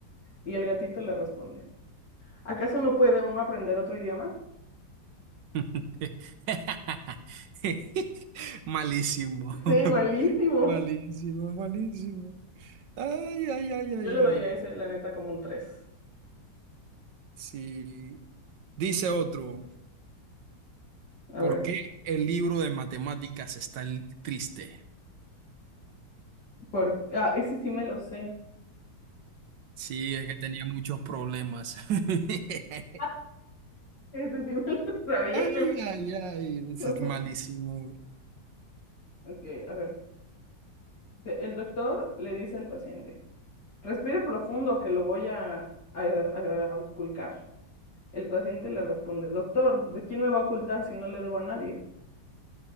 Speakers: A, on the left; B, on the right.
A: Y el gatito le responde, ¿acaso no puede uno aprender otro idioma?
B: <laughs> Malísimo.
A: <laughs> Sí,
B: <laughs>
A: malísimo.
B: Malísimo, malísimo. Ay, ay, ay, ay,
A: Yo le
B: ay.
A: doy a ese, la neta, como un tres.
B: Sí. Dice otro,
A: A
B: ¿por
A: ver,
B: qué el libro de matemáticas está li- triste?
A: por... Ah, ese sí me lo sé.
B: Sí, es que tenía muchos problemas. <laughs>
A: Ah, Ese sí me lo sabía.
B: Ay, ay, ay, ese
A: <laughs>
B: es malísimo.
A: Ok, a ver. Dice, El doctor le dice al paciente, respire profundo que lo voy a, a, a- a ausculcar. El paciente le responde, doctor, ¿de quién me va a ocultar si no le debo a nadie?